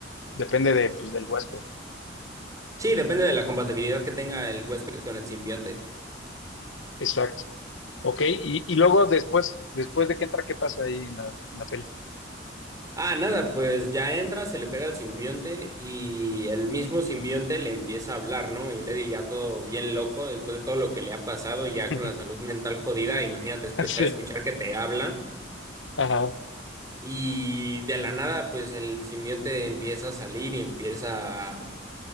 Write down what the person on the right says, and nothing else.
Sí, depende de la compatibilidad que tenga el huésped con el simbionte.
Ah, nada, pues ya entra, se le pega al simbionte y el mismo simbionte le empieza a hablar, ¿no? Y el Eddie ya todo bien loco, después de todo lo que le ha pasado, ya
con la salud mental jodida, imagínate empezar
a escuchar que te habla
y de la nada, pues el simbionte empieza a salir y empieza a